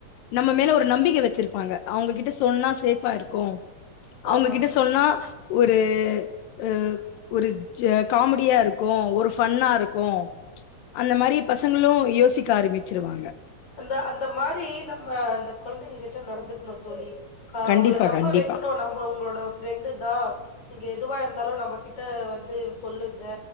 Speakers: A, on the left; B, on the left.
A: நம்ம மேல ஒரு நம்பிக்கை வச்சுருப்பாங்க அவுங்ககிட்ட சொன்னா சேஃபா இருக்கு
B: ஆமா
A: அவங்ககிட்ட சொன்னா ஒரு அ ஒரு காமெடியா இருக்கு ஒரு ஃபன்னா இருக்கு அந்த மாரி
B: ம்
A: பசங்களு யோசிக்க ஆரம்பிச்சிருவாங்க
B: அந்த அந்த மாரி நம்ம அந்த கொழந்தைங்க கிட்ட நடந்துக்கணு தோழி ஆ
A: கண்டிப்பா,
B: அவுங்கள நம்ப
A: கண்டிப்பா.
B: வக்கணு நம்ம நம்ம உங்களோட ஃப்ரெண்டு தா நீங்க எதுவா இருந்தாலு நம்மகிட்ட வந்து சொல்லுங்க